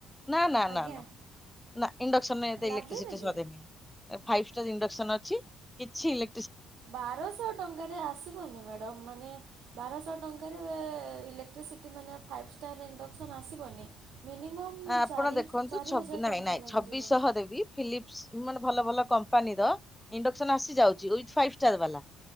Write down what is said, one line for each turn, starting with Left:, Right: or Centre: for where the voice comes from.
Centre: ନା ନା
Right: ଆଜ୍ଞା
Centre: ନା ନା। ନା ଇଣ୍ଡକ୍ସନ ଏତେ
Right: ଲାଗେନି
Centre: ଇଲେକ୍ଟ୍ରିସିଟି
Right: କି?
Centre: ସରେନି ଫାଇଭ୍ ଷ୍ଟାର ଇଣ୍ଡକ୍ସନ ଅଛି କିଛି ଇଲେ
Right: ବାରଶହ ଟଙ୍କାରେ ଆସିବନି ମ୍ୟାଡ଼ମ୍ ମାନେ ବାରଶହ ଟଙ୍କାରେ ଇଲେକ୍ଟ୍ରିସିଟି ମାନେ ଫାଇଭ୍ ଷ୍ଟାର ଇଣ୍ଡକ୍ସନ୍ ଆସିବନି? ମିନିମମ୍।
Centre: ଆପଣ
Right: ଚାରି
Centre: ଦେଖନ୍ତୁ
Right: ଚାରି
Centre: ଛବି
Right: ହଜାର
Centre: ନାଇଁ
Right: ଟଙ୍କା
Centre: ନାଇଁ
Right: ଲାଗିଯିବ।
Centre: ଛବିଶହ ଦେଇକି। ଫିଲିପସ୍ ମାନେ ଭଲ ଭଲ କମ୍ପାନୀର ଇଣ୍ଡକ୍ସନ ଆସିଯାଉଛି ୱିଥ ଫାଇଭ୍ ଷ୍ଟାର ବାଲା।